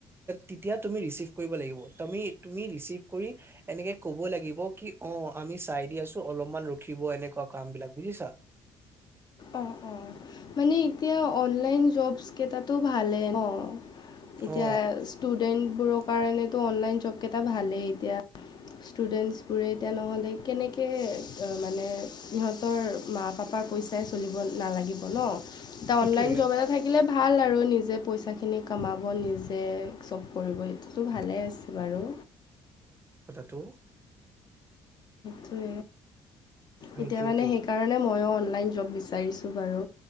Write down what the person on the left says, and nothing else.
অ অ মানে এতিয়া অনলাইন জব, কেইটাতো ভালে অ। এতিয়া
ষ্টুডেন্ট বোৰৰ কাৰণে তো অনলাইন জব কেইটা ভালেই, এতিয়া ষ্টুডেন্ট ৰে এতি নহ'লে কেনেকে মানে সিহঁতৰ মা পাপ- পইচাই চলিব নালাগিব ন। এটা
অনলাইন জব এটা থাকিলে, ভাল আৰু নিজে পইচাখিনি কমাব, নিজে চব কৰিব, সেইটোতো ভালে আছে। বাৰু,
ত
এতিয়া মানে সেইকাৰণে মইয়ো লো- অনলাইন জব বিচাৰিছোঁ বাৰু।